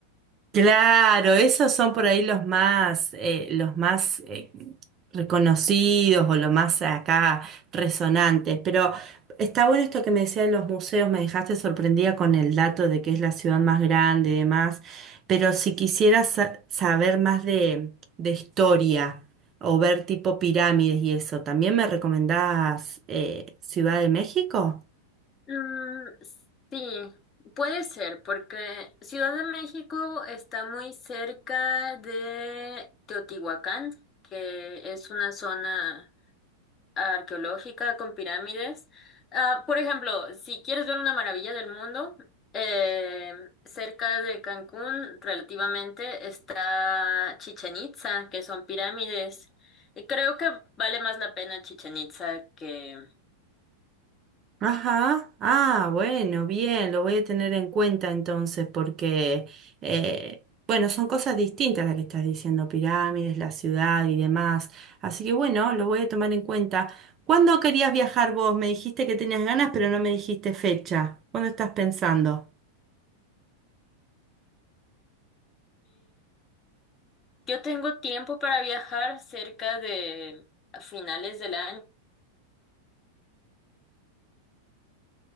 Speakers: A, on the right; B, on the left.
A: Claro, esos son por ahí los más, eh, los más eh, reconocidos o los más acá resonantes. Pero está bueno esto que me decías de los museos, me dejaste sorprendida con el dato de que es la ciudad más grande y demás. Pero si quisieras sa- saber más de, de historia o ver tipo pirámides y eso, ¿también me recomendás eh, Ciudad de México?
B: Mm, sí, puede ser, porque Ciudad de México está muy cerca de Teotihuacán, que es una zona arqueológica con pirámides. Ah, por ejemplo, si quieres ver una maravilla del mundo, eh, cerca de Cancún, relativamente, está Chichen Itza, que son pirámides. Y creo que vale más la pena Chichen Itza que...
A: Ajá, ah, bueno, bien, lo voy a tener en cuenta entonces porque, eh, bueno, son cosas distintas las que estás diciendo, pirámides, la ciudad y demás. Así que bueno, lo voy a tomar en cuenta. ¿Cuándo querías viajar vos? Me dijiste que tenías ganas, pero no me dijiste fecha. ¿Cuándo estás pensando?
B: Yo tengo tiempo para viajar cerca de a finales del año,